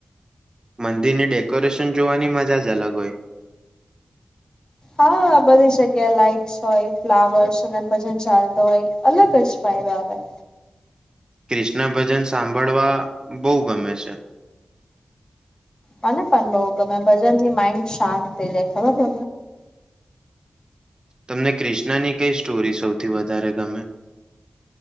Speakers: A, on the right; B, on the left.
A: મંદિરની ડેકોરેશન જોવાની મજા જ અલગ હોય.
B: હા બની શકે લાઈકસ હોય. ફ્લાવર્સ અને ભજન ચાલતો હોય અલગ જ ફાય આવેય.
A: ક્રિષ્ણ ભજન સાંભળવા બહ ગમે છે.
B: મને પણ બહ ગમે ભજન થી માઇન્ડ શાંત થઇ જાય ખબર છે.
A: તમને ક્રિષ્નાની કઈ સ્ટોરી સૌથી વધારે ગમે?